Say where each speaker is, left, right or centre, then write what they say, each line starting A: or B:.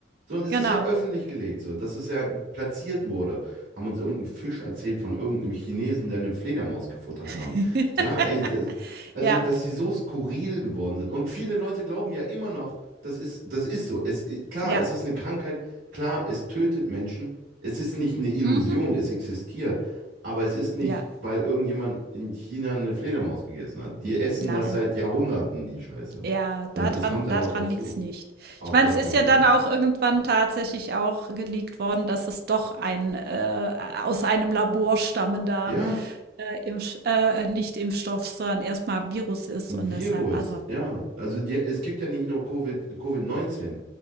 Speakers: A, on the right; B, on the right.
A: So, und es
B: genau.
A: ist ja öffentlich gelegt, so, dass es ja platziert wurde. Haben uns irgendeinen Fisch erzählt von irgendeinem Chinesen, der eine Fledermaus gefuttert
B: <laughs>
A: haben. Ja, ey, das, also,
B: Ja,
A: dass sie so skurril geworden sind. Und viele Leute glauben ja immer noch, das ist, das ist so. Es, klar,
B: ja.
A: es ist eine Krankheit. Klar, es tötet Menschen. Es ist nicht eine Illusion,
B: Mhm.
A: es existiert. Aber es ist nicht,
B: Ja,
A: weil irgendjemand in China eine Fledermaus gegessen hat. Die essen das
B: nein.
A: seit Jahrhunderten, die Scheiße.
B: Ja,
A: Das
B: daran
A: kommt ja
B: dadran
A: noch dazu.
B: liegt's nicht.
A: Auf
B: Ich meine,
A: gar
B: es
A: keinen
B: ist ja
A: Fall.
B: dann auch irgendwann tatsächlich auch geleakt worden, dass es doch ein, äh, aus einem Labor stammender,
A: Ja,
B: äh, Impfsch äh, nicht Impfstoff, sondern erstmal Virus ist
A: ein
B: und
A: Virus,
B: deshalb also,
A: ja. Also die, es gibt ja nicht nur Covid, Covid-19.